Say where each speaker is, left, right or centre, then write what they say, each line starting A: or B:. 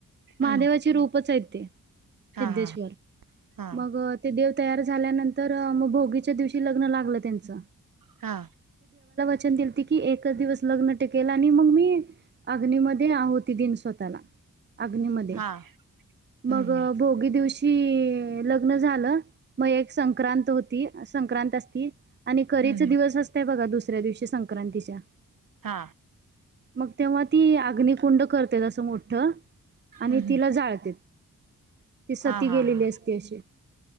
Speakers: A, on the right (about 30°); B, on the right (about 80°).
A: महादेवाची
B: हम्म
A: रूपच आहेत ते
B: हा
A: सिद्धेश्वर
B: हा हा
A: मग ते देव तयार झाल्यानंतर मग भोगीच्या दिवशी लग्न लागलं त्यांच
B: हा
A: चन दिल ती की एकच दिवस लग्न टीकेल आणि मग मी अग्नी मध्ये आहोती दीन स्वतःला अग्नीमध्ये
B: हा हम्म
A: मग
B: हम्म
A: भोगी दिवशी लग्न झालं मग एक संक्रांत होती संक्रांत असती आणि करीचं
B: हम्म हम्म
A: दिवस असतय बघा दुसऱ्या दिवशी संक्रांतीच्या
B: हा
A: मग तेव्हा ती अग्निकुंड करते असं मोठं आणि
B: हम्म हम्म
A: तिला जाळते ती सती
B: हा हा
A: गेलेली
B: हा
A: असते अशी